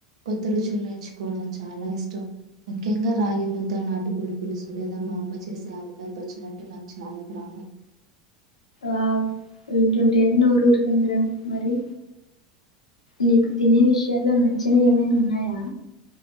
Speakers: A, on the right; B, on the left.
A: కొత్త రుచులు నేర్చుకోవడం చాలా ఇష్టం ముఖ్యంగా రాగి ముద్ద, నాటుకోడు పులుసు లేదా మా అమ్మ చేసే ఆవకాయ పచ్చులు అంటే నాకు చాలా ప్రాణం
B: ఆ వింటుంటే నోరు ఊరుతుందిరా మరి నీకు తినే విషయాల్లో నచ్చనివి ఏమైనా ఉన్నాయా